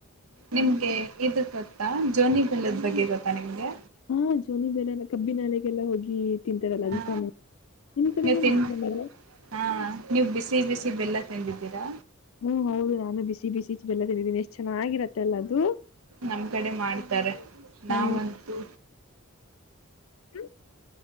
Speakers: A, on the right; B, on the left.
A: ನಿಮ್ಗೆ ಇದು ಗೊತ್ತಾ ಜೋನಿ ಬೆಳ್ಳದ ಬಗ್ಗೆ ಗೊತ್ತಾ ನಿಮ್ಗೆ
B: ಹಾ ಜೋನಿ ಬೆಲ ಕಬ್ಬಿನಾಲೆಗೆಲ್ಲ ಹೋಗಿ ತಿಂತಾರಲ್ಲ
A: ಹಾ
B: ಅದ ತಾನೆ ನಿಮ್ ಕಡೆನೂ
A: ನೀವು ತಿನ್
B: ಮಾತನಾಡಾರ
A: ಹಾ ನೀವು್ ಬಿಸಿ ಬಿಸಿ ಬೆಲ್ಲ ತಿಂದಿದ್ದೀರಾ
B: ಹ್ಮ್ ಹೌದು ನಾನು ಬಿಸಿ ಬಿಸಿ ಬೆಲ್ಲ ತೆಿಂದಿದೀನ ಎಷ್ಟು ಚೆನ್ನಾಗಿರತ್ತ ಅಲ್ಲ ಅದು
A: ನಮ್ ಕಡೆ ಮಾಡ್ತಾರೆ
B: ಹ್ಮ್
A: ನಾವಂತೂ
B: ಹ್ಮ